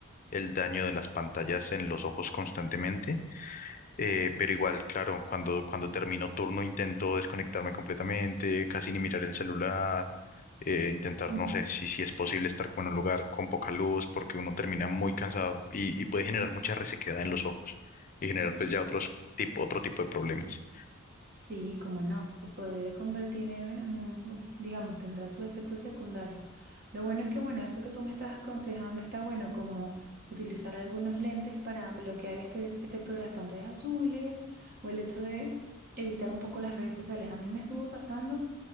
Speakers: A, on the left; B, on the right.
A: el daño de las pantallas en los ojos constantemente eh, pero igual, claro, cuando, cuando termino turno intento desconectarme completamente, casi ni mirar el celular, eh, intentar,
B: Mm.
A: no sé, si, si es posible estar como en un lugar con poca luz, porque uno termina muy cansado y, y puede generar mucha resequedad en los ojos y generar
B: Mm.
A: pues ya otros tipo, otro tipo de problemas.
B: Sí, como no, se puede convertir en, en un, digamos, tendrá sus efectos secundarios. Lo bueno es que, bueno, eso que tú me estás aconsejando está bueno, como utilizar algunos lentes para bloquear este efecto de las pantallas azules o el hecho de evitar un poco las redes sociales. A mí me estuvo pasando